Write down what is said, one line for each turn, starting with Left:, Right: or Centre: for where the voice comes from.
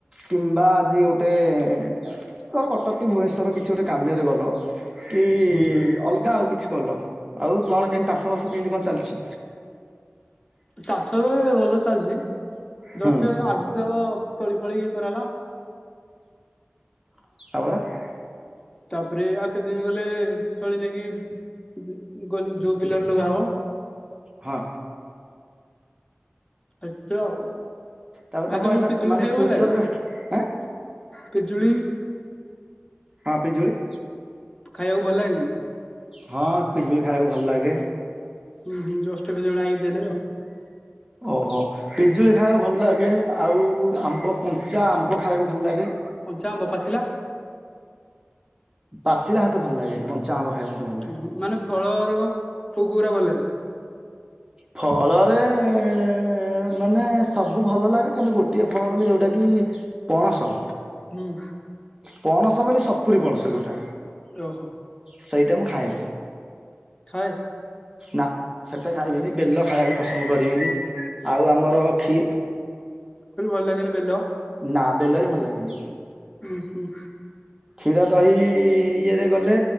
Right: କିମ୍ବା ଆଜି ଗୋଟେ-ଏ-ଏ-ଏ ତର କଟକ କି ଭୁବନେଶ୍ୱର କିଛି ଗୋଟେ କାମରେ ଗଲ କି
Left: ହୁଁ
Right: ଅଲଗା ଆଉ କିଛି କଲ, ଆଉ କଣ କେମତି ଚାଷ ବାସ କେମତି କଣ ଚାଲିଛି?
Left: ଚାଷ ବି-ଇ-ଇ ଭଲ ଚାଲିଛି,
Right: ହୁଁ
Left: ଜଷ୍ଟ ଏ ଆଜି ତ-ଅ-ଅ ତଳି ଫଳି ଇ କରାଲା।
Right: <unintelligible>
Left: ତାପରେ ଆ କିଛି ଦିନ ଗଲେ-ଏ-ଏ-ଏ ଚଳେ ନେଇକି <unintelligible> ଯୋଉ ବିଲରେ ଲଗା ହବ।
Right: ହଁ।
Left: ହେଇଚି ଆଉ।
Right: ତାପରେ
Left: ଭାଇ
Right: ତମ
Left: ତମକୁ
Right: ଏଇ ନାଚ୍
Left: ପିଜୁଳି
Right: ମାନେ
Left: ଖାଇବାକୁ
Right: ଫ୍ୟୁଚରରେ
Left: ଭଲ ଲାଗେ
Right: ଏ
Left: ପିଜୁଳି
Right: ହଁ ପିଜୁଳି
Left: ଖାଇବାକୁ ଭଲ ଲାଗେ କି?
Right: ହଁ ପିଜୁଳି ଖାଇବାକୁ ଭଲ ଲାଗେ।
Left: ହୁଁ ହୁଁ ଜଷ୍ଟ ଏବେ ଜଣେ ଆଣିକି ଦେଲେ ତ
Right: ଓହୋ ପଜୁଳି ଖାଇବାକୁ ଭଲ ଲାଗେ ଆଉ-ଉ-ଉ-ଉ ଆମ୍ବ କଞ୍ଚା ଆମ୍ବ ଖାଇବାକୁ ଭଲ ଲାଗେ।
Left: କଞ୍ଚା ଆମ୍ବ ପାଚିଲା
Right: ପାଚିଲା ହାତେ ଭଲ ଲାଗେନି କଞ୍ଚା ଆମ୍ବ ଖାଇବାକୁ ମତେ ଭଲ ଲାଗେ।
Left: ଉ ହୁଁ ମାନେ ଫଳର କଉ କୁରା ଭଲ ଲାଗେ?
Right: ଫଳରେ-ଏ-ଏ-ଏ ମାନେ ସବୁ ଭଲ ଲାଗେ କିନ୍ତୁ ଗୋଟିଏ ଫଳ ବୋଲି ଯୋଉଟା କି ପଣସ।
Left: ହୁଁ।
Right: ପଣସ ବୋଲି ସପୁରି ପଣସ ଯେଉଁଟା
Left: ଓହୋ।
Right: ସେଇଟା ମୁଁ ଖାଏ।
Left: ଖାଏ।
Right: ନା ସେଟା ଖାଇବିନି ବେଲ ଖାଇବାକୁ ପସନ୍ଦ କରିବିନି। ଆଉ ଆମର କ୍ଷୀ
Left: କହିଲେ ଭଲ ଲାଗେନି ବେଲ?
Right: ନା ବେଲ ବି ଭଲ ଲାଗେନି।
Left: ହୁଁ ହୁଁ।
Right: କ୍ଷୀର ଦହି-ଇ-ଇ-ଇ ଇଏରେ ଗଲେ